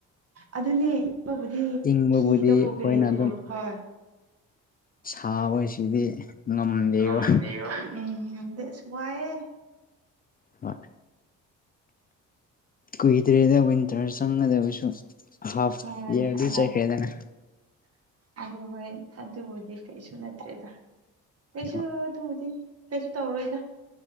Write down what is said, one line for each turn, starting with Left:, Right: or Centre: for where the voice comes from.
Right: ꯑꯗꯨꯅꯦ ꯃꯥꯕꯨꯗꯤ
Left: ꯏꯪꯕꯕꯨꯗꯤ
Right: ꯐꯤꯗꯕꯨ
Left: ꯑꯩꯈꯣꯏꯅ
Right: ꯀꯔꯤꯗꯕꯨ
Left: ꯑꯗꯨꯝ
Right: ꯍꯣꯏ
Left: ꯁꯥꯕꯁꯤꯗꯤ ꯉꯝꯗꯦꯕ
Right: ꯉꯝꯗꯦ ꯑꯁ ꯋꯥꯏꯑꯦ
Left: ꯍꯣꯏ ꯀꯨꯏꯗ꯭ꯔꯦꯗ ꯋꯤꯟꯇꯔ ꯆꯪꯒꯗꯕꯁꯨ ꯍꯥꯐ
Right: ꯍꯣꯏ
Left: ꯏꯌꯥꯔꯗꯤ
Right: ꯑꯗꯨ
Left: ꯆꯠꯈ꯭ꯔꯦꯗꯅ
Right: ꯑꯗꯨ ꯍꯣꯏ ꯑꯗꯨꯕꯨꯗꯤ ꯀꯩꯁꯨ ꯅꯠꯇ꯭ꯔꯦꯗ ꯀꯩꯁꯨ
Left: ꯍꯣꯏ
Right: ꯑꯗꯨꯕꯨꯗꯤ ꯀꯩꯁꯨ ꯇꯧꯔꯣꯏꯗ